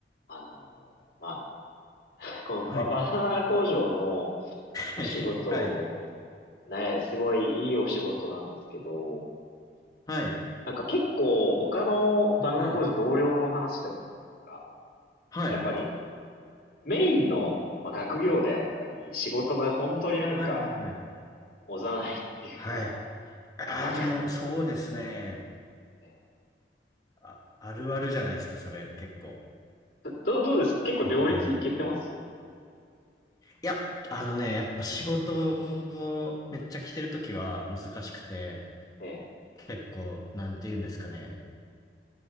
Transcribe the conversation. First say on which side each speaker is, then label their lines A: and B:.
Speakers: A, on the left; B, on the left.
A: あのーまあ、このバ、
B: はい。
A: バナナ工場のお仕事、
B: はい。はい。
A: ね、すごいいいお仕事なんですけど、
B: はい。
A: なんか結構他のバナナ工場同僚の話でも、
B: はい。
A: なんか、
B: はい。
A: やっぱりメインの、まあ、学業であったり、仕事が本当になんか、
B: はい。はい。はい。
A: おざなりっていうか、
B: はい。ああ、
A: なんか、
B: でも、そうですね。
A: え
B: あ、あるあるじゃないですか、それ、結構。
A: ーど、どうです結構両立いけてます
B: やっぱり。いや、あのね、やっぱ仕事をめっちゃ来てるときは難しくて、
A: ええ
B: 結構、なんて言うんですかね。